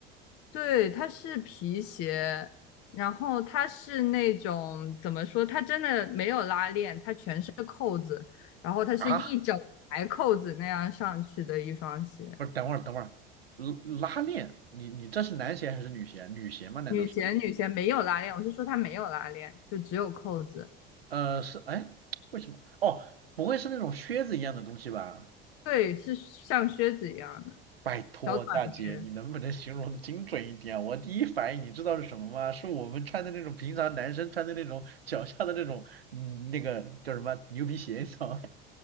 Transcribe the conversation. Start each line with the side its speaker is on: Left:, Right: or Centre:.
Left: 对，它是皮鞋，然后它是那种怎么说，它真的没有拉链，它全是扣子，然后它是一整排扣子那样上去的一双鞋。
Right: 啊，不是，等会儿等会儿，拉拉链，你你这是男鞋还是女鞋？女鞋吗？难道是？
Left: 女鞋女鞋没有拉链，我是说它没有拉链，就只有扣子。
Right: 呃，是，哎，为什么？哦，不会是那种靴子一样的东西吧？
Left: 对，是像靴子一样的
Right: 拜托大姐，
Left: 小短靴。
Right: 你能不能形容的精准一点啊？<laughs> 我第一反应你知道是什么吗？是我们穿的那种平常男生穿的那种脚下的那种，嗯，那个叫什么牛皮鞋，你知道吗？